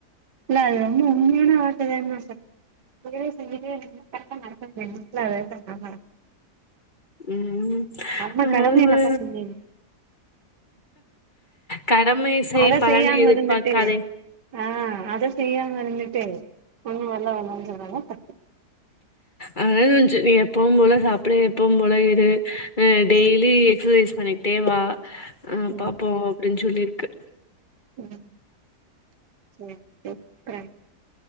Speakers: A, on the right; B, on the left.
A: இல்ல அது வந்து உண்மையான வார்த்த தானே ச இப்ப கெடா சொல்லிட்டே இருந்து கரெக்டா நடக்க வேண்டியதுலா <unintelligible>
B: ம் ம்
A: நம்ம
B: அதுவு
A: கடமைய கரெக்டா செஞ்சிர்னு
B: கடமையை செய்
A: அத
B: பலனை
A: செய்யாம
B: எதிர்பார்க்காதே
A: இருந்துட்டு ஆ அத செய்யாம இருந்துட்டு ஒண்ணு வரல வர்ல சொல்றாங்க ட
B: அதா சொல்லச்சு நீ எப்பவும் போல சாப்புடு எப்பவும் போல இரு அ டெய்லி
A: ம்
B: எக்சசைஸ் பண்ணிக்கிட்டே வா ஆ
A: ம்
B: பாப்போ அப்டின்னு சொல்லியிருக்கு
A: ம் சரி <unintelligible>